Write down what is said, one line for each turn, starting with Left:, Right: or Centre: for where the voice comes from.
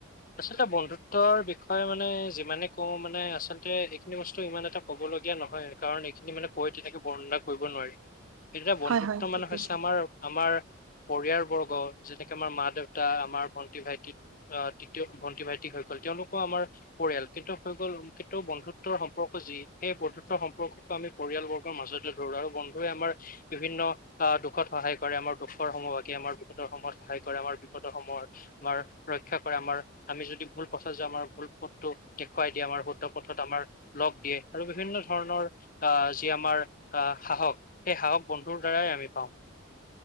Left: আচলতে বন্ধুত্বৰ বিষয়ে মানে যিমানে কওঁ মানে আচলতে, এইখিনি বস্তু ইমান এটা ক'ব, কবলগীয়া নহয়, কাৰণ এইখিনি মানে কৈ তেনেকে বৰ্ণনা কৰিব নোৱাৰি। এইকেইটা বন্ধুত্ব
Right: হয় হয়
Left: মানে
Right: ঠিক
Left: হৈছে
Right: কৈছা
Left: আমাৰ আমাৰ, পৰিয়াল বৰ্গ যেনেকে আমাৰ মা দেউতা, আমাৰ। ভি ভাইটি আহ তৃতীয় ভন্টি ভাইটি হৈ গল। তেওঁলোকৰ আমাৰ পৰিয়াল। কিন্তু হৈ গ'ল কেতিয়াও বন্ধু। বন্ধুত্বৰ সম্পৰ্ক যি সেই বন্ধুত্বৰ সম্পৰ্কটো আমি পৰিয়ালবৰ্গৰ মাজতে ধৰো আৰু বন্ধুৱে আমাৰ বিভিন্ন দুখত সহায় কৰে আমাৰ দুখৰ সমভাগী আমাৰ বিপদৰ সময়ত সহায় কৰে আমাৰ বিপদৰ সময়ত। আমাৰ ৰক্ষা কৰে আমাৰ আমি যদি ভুল পথত যাওঁ আমাৰ ভুল পথটো দেখুৱাই দিয়ে আমাৰ শুদ্ধ পথ আমাৰ লগ দিয়ে আৰু বিভিন্ন ধৰণৰ আহ যি আমাৰ আহ সাহস, সেই সাহস। বন্ধুৰ দ্বাৰাই আমি পাওঁ।